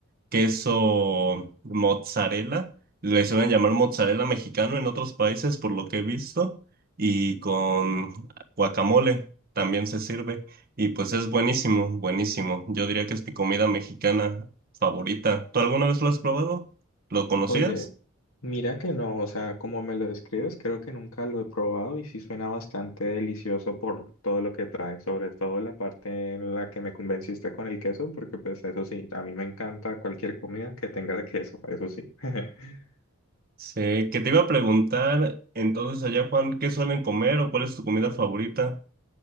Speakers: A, on the right; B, on the left.
A: queso mozzarella. Le suelen llamar mozzarella mexicano en otros países, por lo que he visto y con guacamole también se sirve y pues es buenísimo, buenísimo. Yo diría que es mi comida mexicana favorita. ¿Tú alguna vez lo has probado? ¿Lo conocías?
B: Oye, mira que no, o sea, como me lo describes, creo que nunca lo he probado y sí suena bastante delicioso por todo lo que trae, sobre todo la parte en la que me convenciste con el queso, porque pues eso sí, a mí me encanta cualquier comida que tenga queso, eso sí. <laughs>
A: Sí, que te iba a preguntar entonces allá, Juan, ¿qué suelen comer o cuál es tu comida favorita?